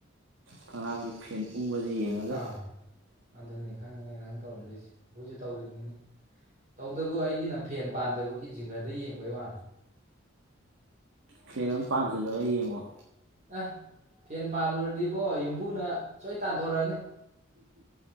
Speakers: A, on the right (about 75°); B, on the right (about 35°).
A: ꯐꯛꯂꯥꯡꯒꯤ ꯐꯦꯟ ꯎꯪꯕꯁꯦ ꯌꯦꯡꯉꯒ
B: ꯑꯥ ꯑꯗꯨꯅꯤ ꯈꯪꯉꯤꯅꯦ ꯅꯪ ꯇꯧꯔꯝꯗꯣꯏꯁꯦ ꯑꯩꯈꯣꯏꯁꯨ ꯇꯧꯔꯤꯕꯅꯤꯅꯦ ꯇꯧꯗꯕꯨ ꯑꯩꯒꯤꯅ ꯐꯦꯟ ꯄꯥꯟꯗꯕꯒꯤ ꯖꯤꯡꯒꯔꯗ ꯌꯦꯡꯕꯩ ꯋꯥꯅꯤ
A: ꯐꯦꯟ ꯑꯃ ꯄꯥꯟꯁꯤꯜꯂꯒ ꯌꯦꯡꯉꯣ
B: ꯑꯦ ꯐꯦꯟ ꯄꯥꯜꯂꯨꯔꯗꯤꯕꯣ ꯌꯨꯝꯕꯨꯅ ꯁꯣꯏ ꯇꯥꯟꯊꯣꯔꯛꯑꯅꯤ